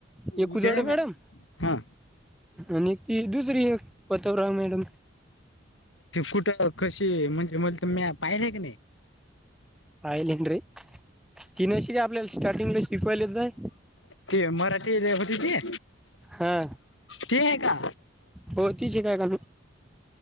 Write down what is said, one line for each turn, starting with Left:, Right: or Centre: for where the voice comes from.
Centre: त एक
Left: उद्या
Centre: उजाड मॅडम.
Left: हा
Centre: आणि ती दुसरी एक पथवराव मॅडम.
Left: ते कुठं कशी म्हणजे म्ह तर मी पाहिलंय की नाही.
Centre: पाहिल हंड्री तीन अशी काय आपल्याला स्टार्टिंगला शिकवायला तर.
Left: ते मराठी होती ती.
Centre: हा
Left: क आहे का.
Centre: हो ती शिकाय का